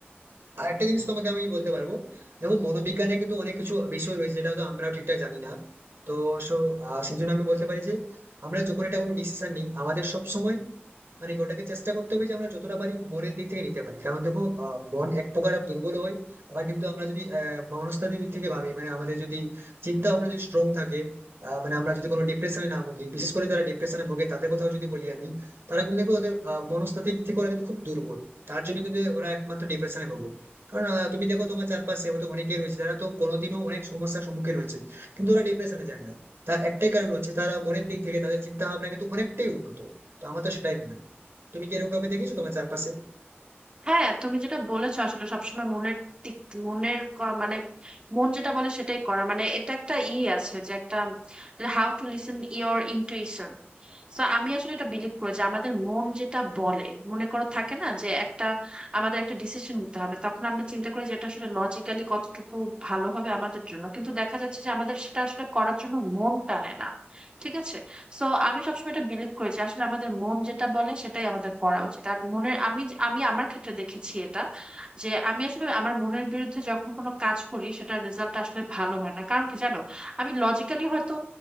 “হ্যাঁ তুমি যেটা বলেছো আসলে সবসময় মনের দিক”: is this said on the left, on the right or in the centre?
Right